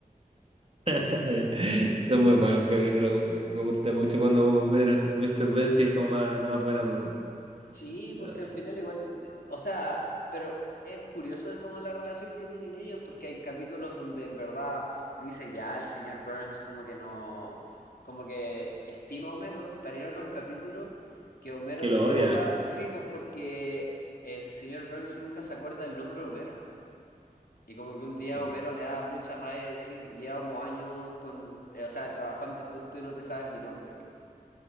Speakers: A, on the right; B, on the left.
A: <laughs> Son muy buenos capítulos, weón. Me gusta mucho cuando ven al- el Mr. Ben si es como más, más buena onda, weón.
B: Sí, porque
A: Ah,
B: al final igual, de- o sea, pero es curioso como la relación que tienen ellos, porque hay capítulos donde en verdad dice ya el señor Burns como que no, como que estima a Homero, pero hay otros capítulos que Homero
A: Que
B: se
A: lo odia.
B: enoja, sí, pues porque el señor Burns nunca se acuerda el nombre de Homero. Y como que un
A: Sí,
B: día Homero
A: weón.
B: le da mucha rabia y decir, llevamos años con, eh, o sea, trabajando juntos y no te sabes mi nombre.